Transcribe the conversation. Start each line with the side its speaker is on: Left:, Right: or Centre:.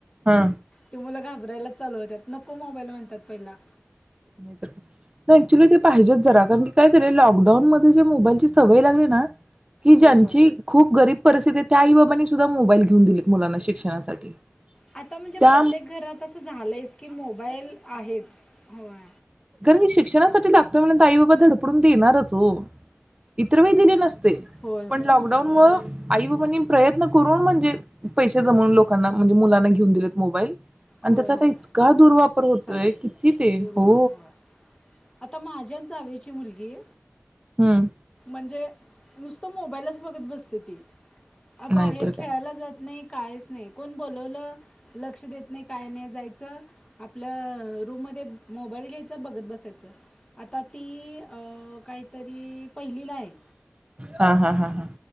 Right: हा
Left: ती मुल घाबर घाबरायलाच चालू होत्यात नको मोबाईल म्हणत्यात पहिला.
Right: नाही ऍक्च्युली ते पाहिजेच जरा आता मी काय केलेल लॉकडाऊन मध्ये जे मोबाईलची सवय लागली ना कि
Left: हो
Right: ज्यांची
Left: हो
Right: खूप गरीब परिस्थिती त्या आई बाबांनी सुद्धा मोबाईल घेऊन दिलेत मुलांना शिक्षणासाठी.
Left: आता म्हणजे
Right: त्या
Left: प्रत्येक घरात असं झालंयेच की मोबाईल आहेच होय.
Right: खर मी शिक्षणासाठी लागतोय म्हटल आई बाबा धडपडून देणारच वो इतर वेळ दिले नस ते
Left: होय हम्म.
Right: पण लॉकडाऊन मुळ आई- कोणी प्रयत्न करून म्हणजे पैसे जमवून लोकांना म्हणजे मुलांना घेऊन दिलेत मोबाईल. आणि
Left: होय
Right: त्याचा
Left: होय
Right: आता इतका दूर् वापर. होतोय
Left: साईड इफेक्ट
Right: किती ते
Left: दुर्वापर
Right: हो.
Left: होय आता माझ्या जावे. चि मुलगी
Right: हम्म
Left: म्हणजे नुसत मोबाईलच बघत बसते ती. बाहेर
Right: नाहीतर
Left: खेळायला
Right: काय
Left: जात नाही. काहीच नाही कोण बोलवलं लक्ष देत नाही काय नाही जायचं. रूममध्ये मोबाईल घ्यायचा बघत बसायचं, आता ती काहीतरी पहिलीला आहे.
Right: हा हा हा हा